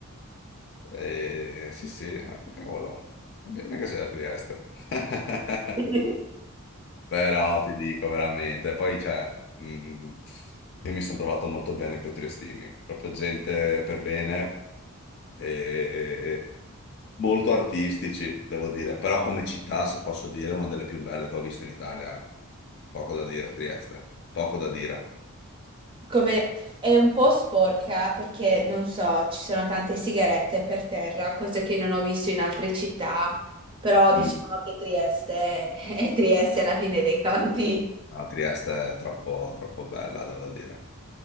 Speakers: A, on the left; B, on the right.
A: E, sì, sì, eh, cavolo, va bene che sei a Trieste. <laughs>
B: <laughs>
A: Però ti dico veramente, poi cioè, mh, io mi sono trovato molto bene con i triestini, proprio gente per bene e molto artistici, devo dire, però come città, se posso dire, è una delle più belle che ho visto in Italia, eh. poco da dire, Trieste, poco da dire.
B: Come è un po' sporca perché non so, ci sono tante sigarette per terra, cosa che non ho visto in altre città, però diciamo
A: Mm.
B: che Trieste <laughs> è Trieste alla fine dei conti.
A: No, Trieste è troppo, troppo bella, devo dire.